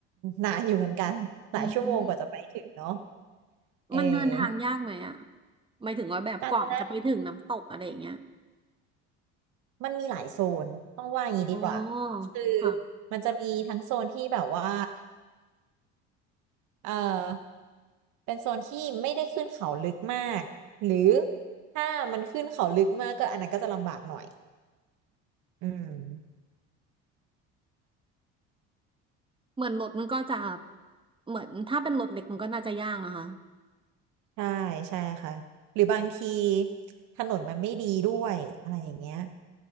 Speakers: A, on the right; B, on the right.
A: นานอยู่เหมือนกัน <laughs>
B: อืม
A: หลายชั่วโมงกว่าจะไปถึงเนาะเออ
B: มันเดินทางยากไหมอ่ะหมายถึงว่าแบบกว่าจะไปถึงน้ำตกอะไรอย่างเงี้ย
A: การจนะมันมีหลายโซนต้องว่าอย่างนี้ดีกว่า
B: โอ้
A: คือ
B: ค่ะ
A: มันจะมีทั้งโซนที่แบบว่าเออเป็นโซนที่ไม่ได้ขึ้นเขาลึกมากหรือถ้ามันขึ้นเขาลึกมากก็อันนั้นก็จะลำบากหน่อยอืม
B: เหมือนรถมันก็จะเหมือนถ้าเป็นรถเล็กมันก็น่าจะยากนะคะ
A: ใช่ใช่ค่ะหรือบางทีถนนมันไม่ดีด้วยอะไรอย่างเงี้ย